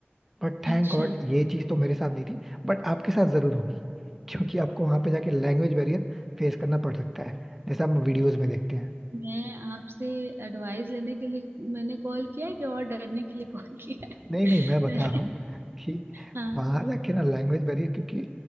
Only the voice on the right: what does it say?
अच्छा
मैं आपसे एडवाइस लेने के लिए मैंने कॉल किया है कि और डरने के लिए कॉल किया है
<laughs>
मैंने
हाँ